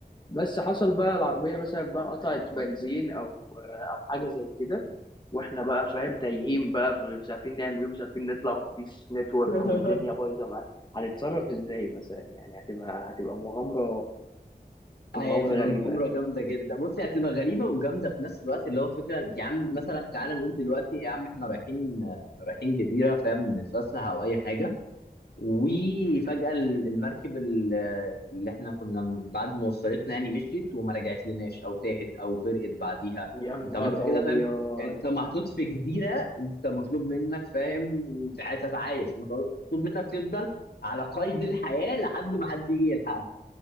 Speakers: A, on the left; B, on the left.
A: بس حصل بقى العربية مثلا بقى قطعت بنزين او او حاجة زي كده واحنا بقى فاهم تايهين بقى مش عارفين نعمل ايه مش عارفين نطلع ومفيش نتورك
B: <laughs>
A: والدنيا بايظة معانا هنتصرف ازاي مثلا يعني هتبقى هتبقى مغامرة
B: هي
A: مغامرة
B: هتبقى
A: غريبة
B: مغامرة جامدة جدا بص هي هتبقى غريبة وجامدة في نفس الوقت اللي هو فكرة يا عم مثلا تعالى نقول دلوقتي يا عم احنا رايحين آه، رايحين جزيرة فاهم نتفسح أو أي حاجة وفجأة ال- المركب ال- اللي احنا كنا م- بعد ما وصلتنا يعني مشيت وما رجعت لناش او تاهت او غرقت بعديها
A: يا نهار
B: طب انت كده
A: أبيض
B: فاهم انت محطوط في جزيرة انت مطلوب منك فاهم تع- تتعايش مطلوب منك تفضل على قيد الحياة لحد ما حد يجي يلحقك